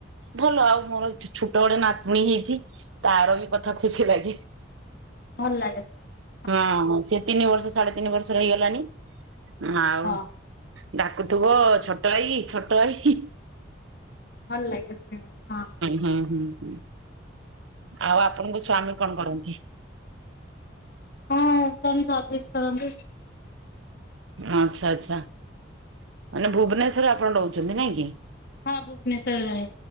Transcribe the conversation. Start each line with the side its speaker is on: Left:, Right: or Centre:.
Right: ଭଲ ଆଉ ମୋର ଛୋଟ ବଡେ ନାତୁଣୀ ହେଇଛି ତାର ବି କଥା ତା ଖୁସିଲାଗି।
Left: ଭଲ ଲାଗେ ଶୁଣିବାକୁ
Right: ହଁ ସେ ତିନି ବର୍ଷ ସାଢେ ତିନି ବର୍ଷର ହେଇଗଲାଣି। ଆଉ
Left: ହଁ।
Right: ଡା <unintelligible> ଥିବ ଛୋଟ ଭାଇ ଛୋଟ ଭାଇ ହି -ହି।
Left: ଭଲ ଲାଗେ ଶୁଣିବାକୁ ହଁ।
Right: ହୁଁ ହୁଁ ଆଉ ଆପଣଙ୍କ ସ୍ଵାମୀ କଣ କରନ୍ତି?
Left: ହଁ ସ୍ୱାମୀ ସର୍ଭିସ୍ କରନ୍ତି।
Right: ଆଚ୍ଛା ଆଛା ମାନେ ଭୁବନେଶ୍ୱରରେ ଆପଣ ରହୁଛନ୍ତି ନାଇଁ କି?
Left: ହଁ ଭୁବନେଶ୍ଵରରେ